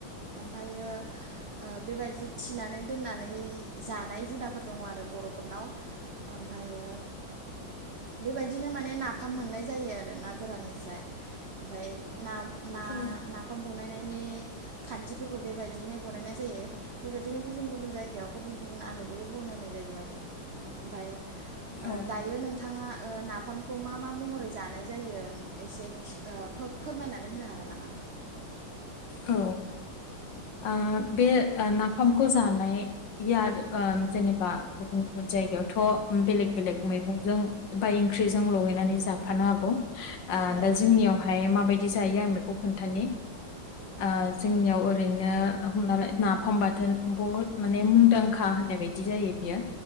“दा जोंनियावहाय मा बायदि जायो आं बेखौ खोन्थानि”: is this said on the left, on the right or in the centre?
Left